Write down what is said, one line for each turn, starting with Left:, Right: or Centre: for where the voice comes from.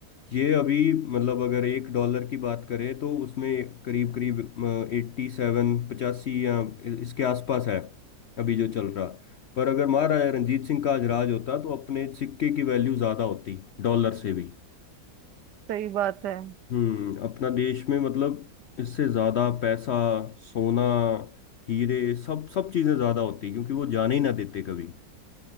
Left: ये अभी मतलब अगर एक डॉलर की बात करें तो उसमें करीब करीब एट्टी सेवन पचासी या इ- इसके आसपास है अभी जो चल रहा पर अगर महाराजा रंजीत सिंह का आज राज होता तो अपने सिक्के की वैल्यू ज्यादा होती डॉलर से भी
Right: सही बात है
Left: हम्म अपना देश में मतलब इससे ज्यादा पैसा सोना हीरे सब सब चीजें ज्यादा होती क्योंकि वो जाने ही ना देते कभी